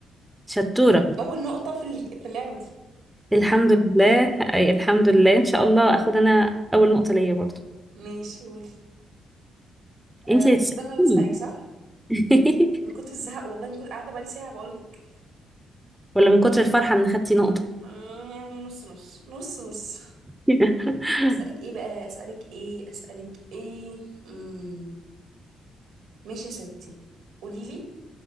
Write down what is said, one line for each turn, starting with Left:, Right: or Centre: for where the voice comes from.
Centre: شطورة
Right: اول نقطه في ال- في اللعبه دي
Centre: الحمد لله أي الحمد لله إن شاء الله أخد أنا أول نقطة ليا برضو
Right: ماشي قولي آه،
Centre: انتي
Right: المفروض
Centre: اللي تسأليني
Right: انا اللي اسالك صح
Centre: <laughs>
Right: انا كنت الزهق والله من كنت قاعده بقالي ساعه بقول لك
Centre: ولا من كتر الفرحة ان خدتي نقطة
Right: أمم، يعني نص نص نص نص
Centre: <laughs>
Right: <laughs> اسالك ايه بقى اسالك ايه اسالك ايه امم ماشي يا ستي قولي لي